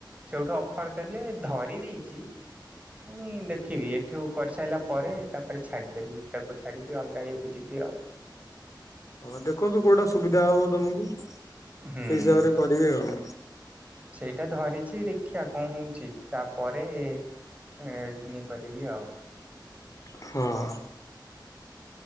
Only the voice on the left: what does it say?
ହଁ ଦେଖନ୍ତୁ କୋଉଟା ସୁବିଧା ହବ ତମକୁ।
ସେଇ ହିସାବ ରେ କରିବି ଆଉ।
ହଁ।